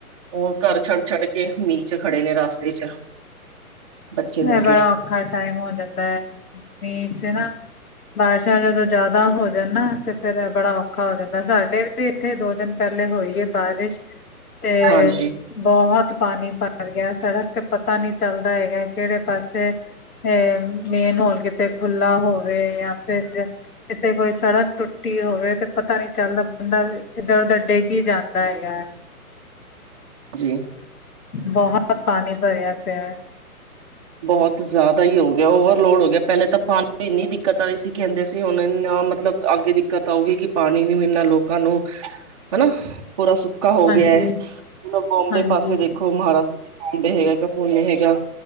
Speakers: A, on the right (about 20°); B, on the left (about 75°).
A: ਉਹ ਘਰ ਛੱਡ ਛੱਡ ਕੇ ਮੀਂਹ ਚ ਖੜੇ ਨੇ ਰਸਤੇ ਚ। ਬੱਚੇ ਲੈ
B: ਐਹ ਬੜਾ
A: ਕੇ
B: ਔਖਾ ਟਾਈਮ ਹੋ ਜਾਂਦਾ ਐ ਮੀਂਹ ਚ ਨਾ ਬਾਰਿਸ਼ਾਂ ਜਦੋਂ ਜ਼ਿਆਦਾ ਹੋ ਜਾ ਨਾ, ਤੇ ਫੇਰ ਇਹ ਬੜਾ ਔਖਾ ਹੋ ਜਾਂਦਾ। ਸਾਡੇ ਵੀ ਤੇ ਇੱਥੇ ਦੋ ਦਿਨ ਪਹਿਲੇ ਹੋਈ ਐ ਬਾਰਿਸ਼ ਤੇ
A: ਹਾਂਜੀ
B: ਬਹੁਤ ਪਾਣੀ ਭਰ ਗਿਆ ਸੜਕ ਤੇ ਪਤਾ ਨੀਂ ਚੱਲਦਾ ਹੈਗਾ ਕਿਹੜੇ ਪਾਸੇ ਇਹ ਮੇਨ ਹੋਲ ਕਿਤੇ ਖੁਲਾ ਹੋਵੇ ਜਾਂ ਫਿਰ ਕਿਥੇ ਕੋਈ ਸੜਕ ਟੁੱਟੀ ਹੋ ਤੇ ਪਤਾ ਨੀ ਚੱਲਦਾ, ਬੰਦਾ ਇੱਧਰ ਉਧਰ ਡਿੱਗੀ ਜਾਂਦਾ ਹੈਗਾ।
A: ਜੀ।
B: ਬਹੁਤ ਪਾਣੀ ਭਰਿਆ ਪਿਆ ਐ।
A: ਬਹੁਤ ਜ਼ਿਆਦਾ ਹੀ ਹੋ ਗਿਆ, ਓਵਰਲੋਡ ਹੋ ਗਿਆ, ਪਹਿਲੇ ਤਾਂ ਪਾਣੀ ਦੀ ਇੰਨੀ ਦਿੱਕਤ ਆ ਰਹੀ ਸੀ, ਕਹਿੰਦੇ ਸੀ ਹੁਣ ਇਨਾ ਮਤਲਬ ਅੱਗੇ ਦਿੱਕਤ ਆਊਗੀ ਕਿ ਪਾਣੀ ਨੀ ਮਿਲਣਾ ਲੋਕਾਂ ਨੂੰ ਹਨਾ। ਪੂਰਾ ਸੁੱਕਾ ਹੋ ਗਿਆ
B: ਹਾਂਜੀ
A: ਐ, ਮੈਂ ਬੋਂਬੇ
B: ਹਾਂਜੀ
A: ਪਾਸੇ ਦੇਖ ਖੋ ਮਹਾਰਾਸ਼ਟਰ ਮੁ ਹੈਗਾ ਭਨੇ ਹੈਗਾ